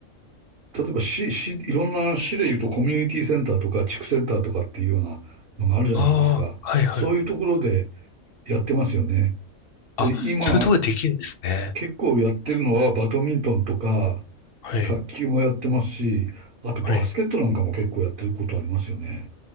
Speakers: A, on the right; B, on the left.
A: 例えば市、市、いろんな市で言うとコミュニティセンターとか地区センターとかっていうようなのがあるじゃないですか。
B: ああ、はいはい。
A: そういうところでやってますよね。
B: あ、
A: で、今
B: そういうところでできるんですね。
A: 結構やってるのはバドミントンとか
B: はい。
A: 卓球もやってますし、あとバスケットなんかも結構やってることありますよね。
B: はい。